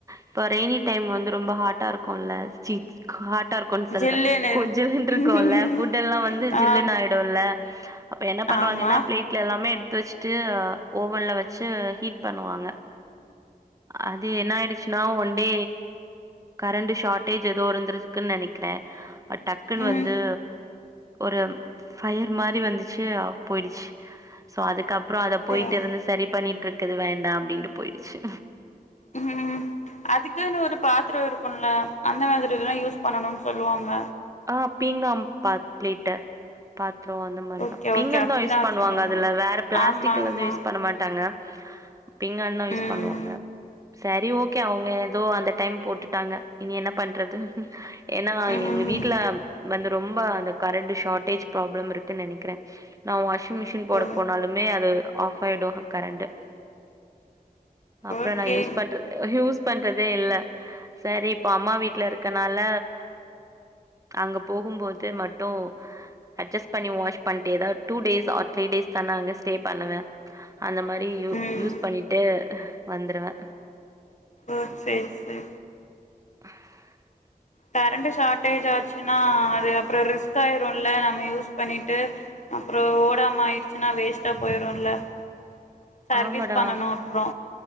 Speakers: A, on the right; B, on the left.
A: இப்போ ரெய்னி டைம் வந்து ரொம்ப ஹாட்டா இருக்குல்ல சீ காட்டா இருக்குன் சொல்ற
B: ஜில்லுனு
A: கொஜலுன்ருக்குல்ல
B: இருக்கு
A: ஃபுட் எல்லா வந்து
B: ஆ
A: ஜில்லுனு ஆய்டு டுல்ல அப்ப என்ன பண்ணுவாங்கனா
B: ஆமா
A: பிளேட் ட்ல எல்லாமே எடுத்து வச்சுட்டு ஓவன்ல வச்சு ஹீட் பண்ணுவாங்க அது என்ன ஆயிடுச் சுனா ஒன்டே கரண்ட் ஷார்ட்டேஜ் ஏதோ இருந்தரக்குன் நினைக்கிறே அது டக்குன்னு
B: ம்
A: வந்து ஒரு ஃபயர் மாரி வந்து ச்சு அப் போயிடுச்சி சோ அதுக்கப்புறோ அத
B: அப்டியா
A: போய்ட்டு வந்து சரி பண்ணிட்டுர்க் குது வேண்டா அப்டின்ட்டு போயிடுச்சு
B: ம் அதுக்குன்னு ஒரு பாத்திரோ இருக்குல்ல அந்த மாதிரில்லா யூஸ் பண்ணணு சொல்லுவாங்க
A: ஆ பீங்காம் பாத் பிளேட்டு பாத்ரோ அந்த மாரிதா
B: ஓகே
A: பீங்கதா
B: ஓகே அப்டிதா
A: யூஸ்
B: வச்சிருந்தீங்களா
A: பண்ணுவாங்க அதுல வேற பிளாஸ்டிக்லது
B: ஆமா ஆமா
A: யூஸ் பண்ண மாட்டாங்க பீங்கான்தா யூஸ்
B: ம்
A: பண்ணுவாங்க செரி ஓகே அவுங்கள ஏதோ அந்த டைம் போட்டுட்டாங்க இனி என்ன பண்றது ஏன்னா
B: ம்
A: எங்க வீட்ல வந்து ரொம்ப அந்த கரண்டு ஷாட்டேஜ் ப்ராப்ளம் இருக்குன் நெனைக்கிறே நா வாஷிங் மிஷின் போட
B: ஓ
A: போனாலுமே அது ஆஃப் ஆகிடு கரெண்டு அப்றோ
B: ஓகே
A: நா யூஸ் பன் ஹியூஸ் பண்றதே இல்ல சரி இப்ப அம்மா வீட்ல இருக்கனால அங்க போகும்போது மட்டு அஜ்ஜஸ் பண்ணி வாஷ் பண்ட்டேதா ட்டூ டேஸ் ஆர் த்ரீ டேஸ்தா நா அங்க ஸ்டே பண்ணுவே அந்த மாரி யூ
B: ம்
A: யூஸ் பண்னிட்டு வந்துருவ
B: ஓ செரி செரி
A: <inaudible>
B: கரண்டு ஷாட்டேஜ் ஆச்சுன்னா அது அப்புறோ ரிஸ்க் ஆயிருல்ல நம்ம யூஸ் பண்ணிட்டு அப்றோ ஓடாம ஆய்டுச்சுன்னா வேஸ்ட்டா போயிருல்ல சர்வீஸ்
A: ஆமாடா
B: பண்ணனு அப்றோ